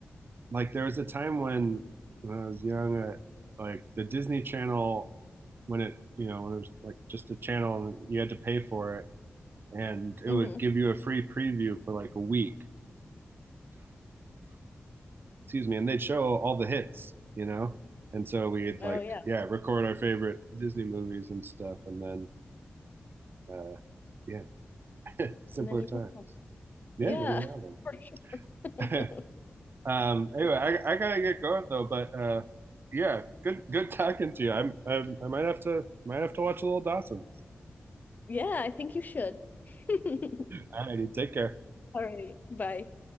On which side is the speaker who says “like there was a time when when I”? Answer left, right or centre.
Right